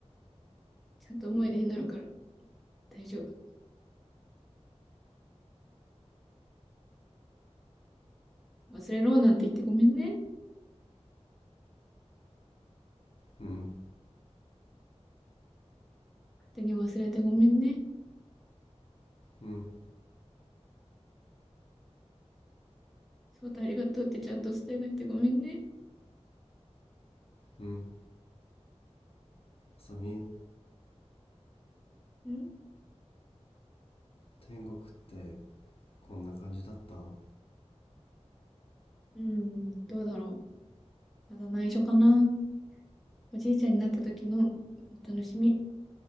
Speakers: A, in the centre; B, on the left.
A: ちゃんと思い出になるから大丈夫。忘れろなんて言ってごめんね。
B: うん
A: 勝手に忘れてごめんね。
B: うん
A: 翔太ありがとうってちゃんと伝えなくてごめんね。
B: うんあさみ
A: ん
B: 天国ってこんな感じだった
A: うん、どうだろう。まだ内緒かな。おじいちゃんになった時のお楽しみ。